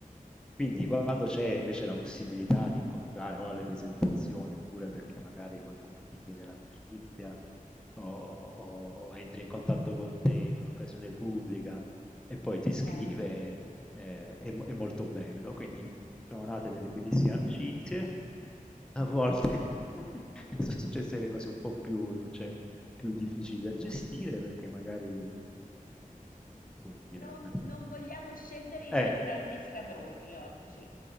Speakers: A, in the centre; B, on the left.
A: Quindi quando c'è invece la possibilità di incontrare o alle presentazioni, oppure perché magari qualcuno ti chiede l'amicizia, o o o entri in contatto con te in un'occasione pubblica e poi
B: è
A: ti
B: chiaro.
A: scrive, ehm, è mo è molto bello. Quindi sono nate delle bellissime amicizie, a volte <laughs> sono successe delle cose un po' più invece più difficili da gestire perché magari, ehm, come dire,
B: Non,
A: non ar
B: non vogliamo scendere in
A: e
B: dettagli scabrosi oggi.